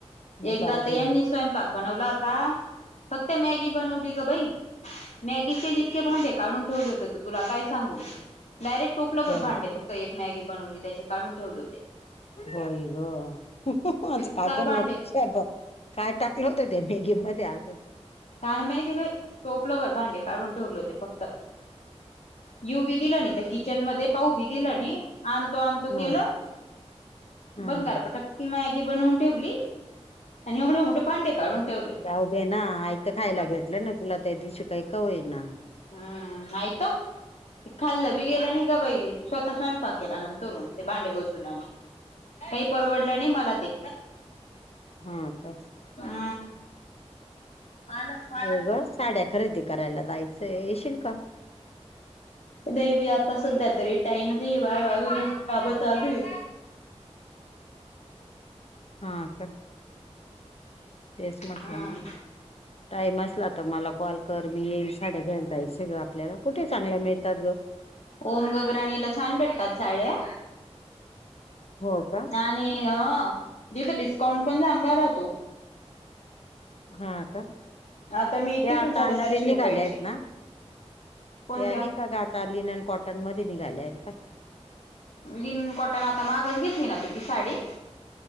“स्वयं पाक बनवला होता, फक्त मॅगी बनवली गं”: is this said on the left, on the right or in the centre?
Left